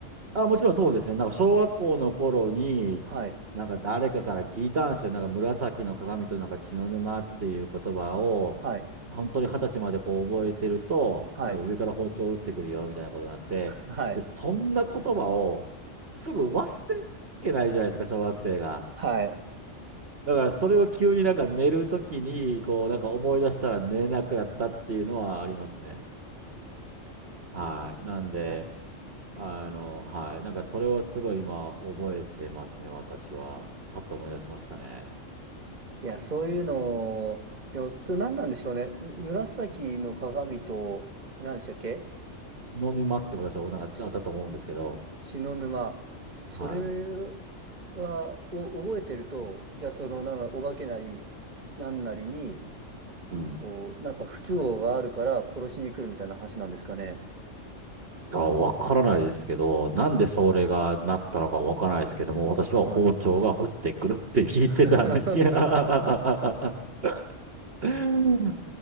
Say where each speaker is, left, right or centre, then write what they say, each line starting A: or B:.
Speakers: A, on the right; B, on the right.
A: あ、もちろんそうですね。なんか小学校の頃に、
B: はい、
A: なんか誰かから聞いたんですよ。なんか紫の鏡となんか血の沼っていう言葉を、
B: はい、
A: 本当に二十歳までこう覚えてると、
B: はい、
A: なんか上から包丁落ちてくるよみたいなことがあって、
B: <laughs> はい、
A: で、そんな言葉をすぐ忘れてないじゃないですか、小学生が。
B: はい。
A: だからそれを急になんか寝るときに、こうなんか思い出したら寝れなくなったっていうのはありますね。はい。なんで、
B: はい
A: あの、はい。なんかそれはすごい今覚えてますね、私は。パッと思い出しましたね。
B: いや、そういうのを、でも、す、何なんでしょうね。む紫の鏡と、何でしたっけ
A: 血の沼って私はなんかあったと思うんですけど、
B: ち、血の沼。それ
A: は
B: は、を覚えてると、じゃあ、その、なんかお化けなり、なんなりに、
A: い。うん。
B: こう、なんか不都合があるから殺しに来るみたいな話なんですかね。
A: いや、わからないですけど、なんでそれがなったのかわからないですけども、私は包丁が降ってくるって聞いてたんです。
B: はい。<laughs>
A: <laughs> あ、ま